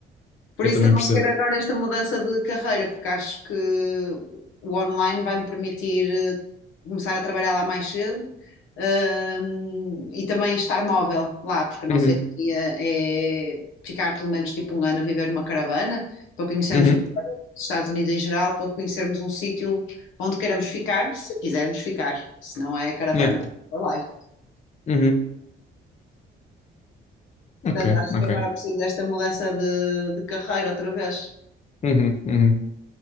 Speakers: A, on the left; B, on the left.
A: Por
B: Eu
A: isso
B: também
A: também
B: percebo.
A: quero agora esta mudança de carreira, porque acho que o online vai-me permitir eh, começar a trabalhar lá mais cedo, hum, e também estar móvel lá, porque a nossa
B: Uhum,
A: ideia é ficar pelo menos tipo um ano a viver numa caravana, para conhecermos
B: uhum,
A: melhor os Estados Unidos em geral, para conhecermos um sítio onde queiramos ficar, se quisermos ficar, se não é caravana
B: yeah,
A: for life.
B: uhum,
A: Portanto,
B: ok,
A: acho
B: ok.
A: que agora preciso desta mudança de, de carreira outra vez.
B: Uhum, uhum.